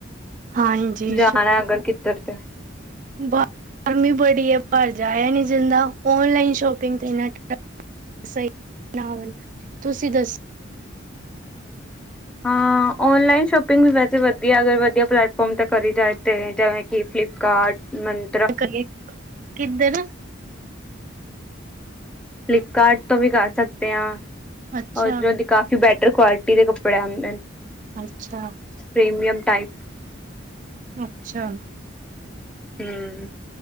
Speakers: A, on the right; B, in the centre.
A: ਹਾਂਜੀ,
B: ਜਾਨੈ ਐ, ਅਗਰ ਕਿੱਧਰ ਤੇ?
A: ਬਾ ਆਰਮੀ ਬੜੀ ਏ, ਬਾਰ ਜਾਇਆ ਨੀ ਜਾਂਦਾ, ਔਨਲਾਈਨ ਸ਼ੋਪਿੰਗ ਤੇ ਨੈਟ ਟ ਸਹੀ ਨਾ ਹੋਵਨ, ਤੁਸੀਂ ਦੱਸੋ।
B: ਹਾਂ, ਔਨਲਾਈਨ ਸ਼ੋਪਿੰਗ ਵੀ ਵੈਸੇ ਵਦੀਆ, ਅਗਰ ਵਦੀਆ ਪਲੈਟਫੋਰਮ 'ਤੇ ਕਰੀ ਜਾਏ ਤੇ ਜਿਵੇਂ ਕੇ, ਫਲਿਪਕਾਰਟ, ਮੰਨ
A: 'ਤੇ ਕਰੀਏ, ਕਿੱਧਰ?
B: ਫਲਿੱਪਕਾਰਟ ਤੋਂ ਵੀ ਕਰ ਸਕਦੇ ਆਂ,
A: ਅੱਛਾ
B: ਓਧਰੋਂ ਦੀ ਕਾ ਕੇ ਬੈਟਰ ਕੁਆਲਿਟੀ ਦੇ ਕੱਪੜੇ ਆਂਦੇ ਨ।
A: ਅੱਛਾ।
B: Premium type.
A: ਅੱਛਾ।
B: ਹੂੰ,